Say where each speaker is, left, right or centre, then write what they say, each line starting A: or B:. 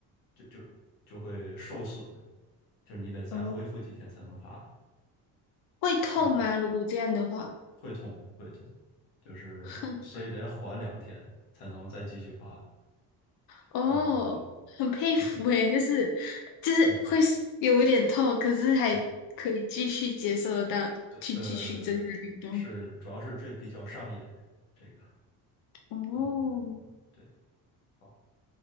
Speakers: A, on the left; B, on the left.
A: 就就就会受损，就是你得再恢复几天才能爬，
B: 哦。会痛吗？
A: 嗯，
B: 如果这样的话，
A: 会痛会痛，就是所以得缓两天才能再继续爬，
B: <laughs> 哦，
A: 嗯，
B: 很佩服诶，
A: 是这样，
B: 就是就是会有一点痛，
A: 嗯。
B: 可是还可以继续接受得到，
A: 对。对，
B: 去继续增加运动。
A: 呃，是，主要是这比较上瘾，这个，
B: 哦，
A: 嗯，对，好，